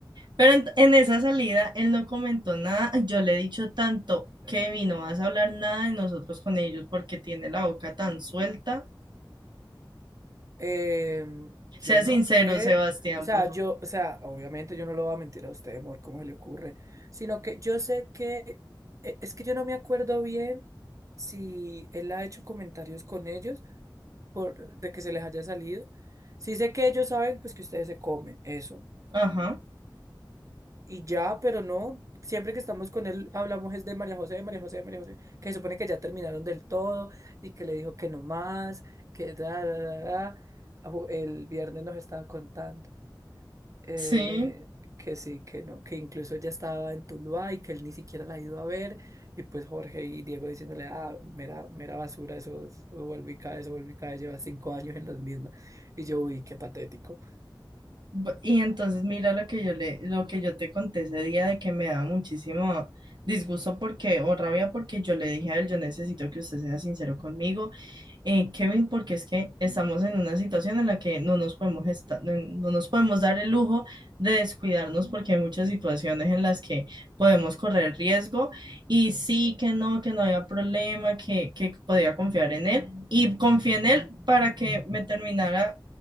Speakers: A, on the right; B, on the right.
A: Pero en, en esa salida él no comentó nada. Yo le he dicho tanto, Kevin, no vas a hablar nada de nosotros con ellos porque tiene la boca tan suelta.
B: Eh, yo
A: Sea
B: no
A: sincero,
B: sé,
A: Sebastián,
B: o sea,
A: por favor.
B: yo, o sea, obviamente yo no lo voy a mentir a usted, amor, cómo se le ocurre, sino que yo sé que, eh, es que yo no me acuerdo bien si él ha hecho comentarios con ellos por, de que se les haya salido. Sí sé que ellos saben, pues, que ustedes se comen, eso
A: Ajá.
B: y ya, pero no, siempre que estamos con él hablamos es de María José, de María José, de María José, que se supone que ya terminaron del todo y que le dijo que no más, que da, da, da, da. Aju- El viernes nos estaba contando eh,
A: Sí.
B: que sí, que no, que incluso ella estaba en Tuluá y que él ni siquiera la ha ido a ver. Y pues Jorge y Diego diciéndole, ah, mera, mera basura, eso, es- eso vuelve y cae, eso vuelve y cae, lleva cinco años en las mismas. Y yo, uy, qué patético.
A: B- Y entonces mira lo que yo le, lo que yo te conté ese día de que me da muchísimo disgusto porque, o rabia porque yo le dije a él, yo necesito que usted sea sincero conmigo, eh, Kevin, porque es que estamos en una situación en la que no nos podemos esta- no no nos podemos dar el lujo de descuidarnos porque hay muchas situaciones en las que podemos correr riesgo y sí que no, que no había problema, que, que podía confiar en él y confié en él para que me terminara